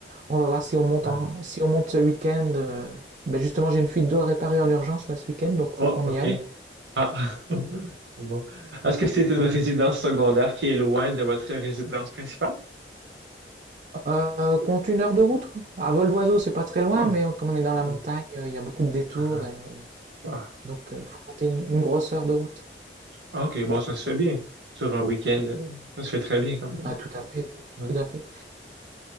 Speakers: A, on the right; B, on the right.
A: On va voir si on monte
B: Ah.
A: en- si on monte ce week-end. euh, ben justement, j'ai une fuite d'eau à réparer en urgence là ce week-end, donc
B: Oh,
A: faut qu'on
B: OK.
A: y aille.
B: Ah. <laughs> Bon. Est-ce que c'est une résidence secondaire qui est loin de votre résidence principale?
A: Euh, compte une heure de route, quoi. À vol d'oiseau, c'est pas très loin,
B: Ah,
A: mais euh, comme on est dans la montagne,
B: ah,
A: euh, il y a beaucoup de détours
B: ah,
A: et
B: ah.
A: donc euh, faut compter une, une grosse heure de route.
B: Ah, OK, bon, ça se fait bien. Sur un week-end, euh, ça se fait très bien quand même.
A: Ah, tout à fait,
B: Ouais.
A: tout à fait.